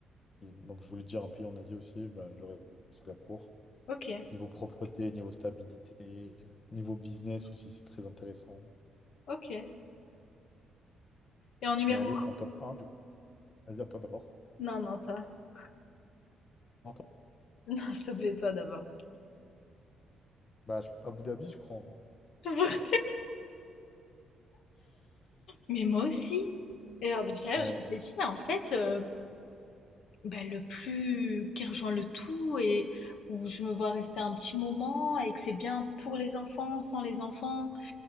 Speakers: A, on the left; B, on the left.
A: Et Donc, je voulais dire un pays en Asie aussi, bah, j'aurais dit Singapour.
B: Ok,
A: Niveau propreté, niveau stabilité, niveau business aussi, c'est très intéressant.
B: ok. Et en numéro
A: Et allez,
B: 1?
A: ton top un du coup. Vas-y, à toi d'abord.
B: Non, non, toi. <laughs>
A: Non, toi.
B: Non, s'il te plaît, toi d'abord.
A: Bah, je- Abu Dhabi, je crois. hein.
B: <laughs> Vraiment? Mais moi aussi. Et alors, depuis tout à
A: Ouais,
B: l'heure, je réfléchis, en fait, euh, bah, le plus qui rejoint le tout et où je me vois rester un petit moment et que c'est bien pour les enfants, sans les enfants,